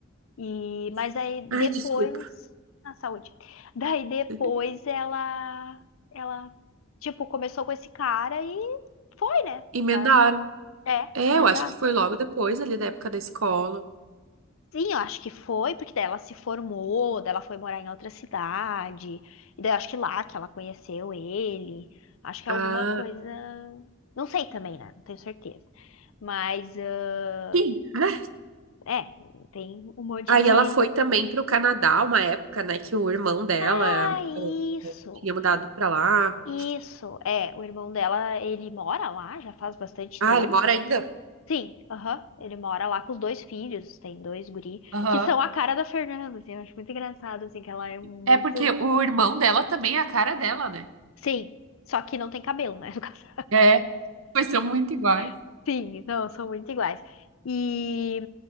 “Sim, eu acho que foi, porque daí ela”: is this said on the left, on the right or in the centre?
Left